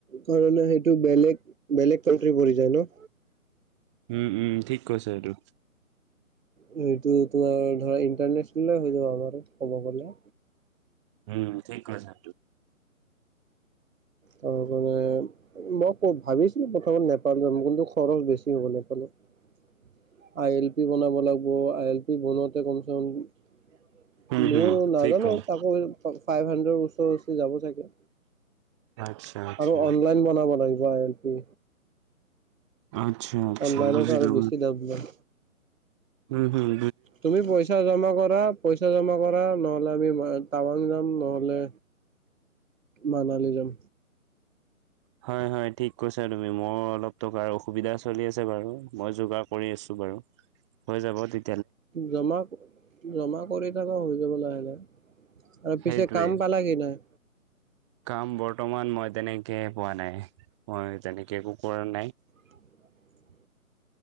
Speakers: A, on the right; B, on the right.
A: কাৰণে সেইটো বেলেগ বেলেগ কাউন্ট্ৰী পৰি যায় ন
B: উম উম ঠিক কৈছে সেইটো
A: সেইটো টো আৱ ধৰা ইন্টাৰনেচনেলে হৈ যাব পাৰে ক'ব গলে
B: উম ঠিক কৈছা
A: তাৰ কাৰনে মই ক ভাবিছিলো প্ৰথমত নেপাল যাম কিন্তু খৰচ বেছি হ'ব নেপালত আই এল পি বনাব লাগব আই এল পি বনাও কমছে কম
B: উম
A: মও
B: হম
A: নাজানো
B: ঠিক ক'লা
A: তাকো ফাইভ হানড্ৰেদ ওচৰা ওচৰি যাব চাগে
B: আচ্ছা আচ্ছা
A: আৰু অনলাইন বনাব লাগিব আই এল পি
B: আচ্ছা আচ্ছা
A: অনলাইনত
B: বুজিলো
A: আৰু বেছি দাম লয়।
B: উম হোম
A: তুমি পইচা জমা কৰা পইচা জমা কৰা নহ'লে আমি টাৱাং যাম নহ'লে মানালি যাম
B: হয় হয় ঠিক কৈছা তুমি মোৰ অলপ টকাৰ অসুবিধা চলি আছে বাৰু মই যোগাৰ কৰি আছো। বাৰু হৈ যাব তে
A: জমা জমা কৰি থাকা হৈ যাব লাহে লাহে আৰু
B: সেইটোৱে
A: পিছে কাম পালা কি নাই
B: কাম বৰ্তমান মই তেনেকে পোৱা নাই মই তেনেকে একো কৰা নাই।
A: <inaudible>